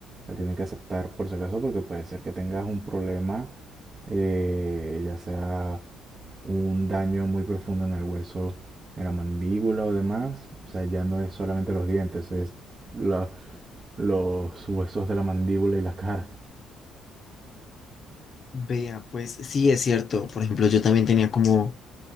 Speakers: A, on the right; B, on the left.
A: la tienen que aceptar por si acaso porque puede ser que tengas un problema, eh, ya sea un daño muy profundo en el hueso, en la mandíbula o demás, o sea, ya no es solamente los dientes, es la, los huesos de la mandíbula y la cara.
B: Vea, pues sí es cierto. Por ejemplo, yo también tenía como,